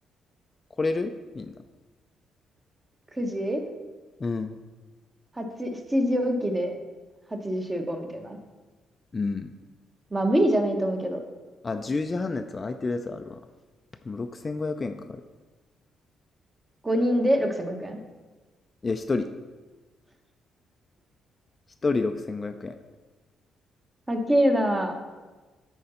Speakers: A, on the left; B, on the right.
A: 来れるみんな。
B: 9時
A: うん。
B: ?8、7時起きで8時集合みたいな。
A: うん。
B: まあ無理じゃないと思うけど。
A: あ、10時半のやつは空いてるやつあるわ。でも6500円かかる。
B: 5人で6500円。
A: いや、一人。一人6500円。
B: 高えな。